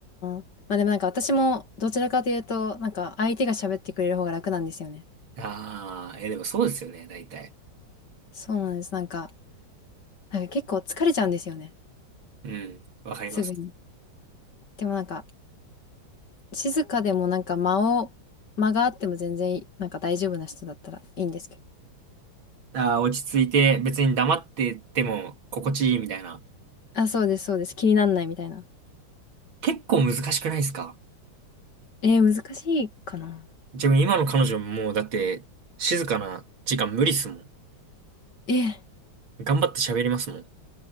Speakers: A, on the left; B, on the right.
A: あ、まあでもなんか私も、どちらかというと、なんか相手が喋ってくれる方が楽なんですよね。
B: ああ、え、でもそうですよね、大体。
A: そうなんです。なんか、なんか結構疲れちゃうんですよね。
B: うん、わかります。
A: すぐに。でもなんか、静かでもなんか間を、間があっても全然、なんか大丈夫な人だったらいいんですけど。
B: ああ、落ち着いて別に黙ってても心地いいみたいな。
A: あ、そうです、そうです。気になんないみたいな。
B: 結構難しくないですか
A: えー、難しいかな。
B: 自分今の彼女ももうだって静かな時間無理っすもん。
A: えー
B: 頑張って喋りますもん。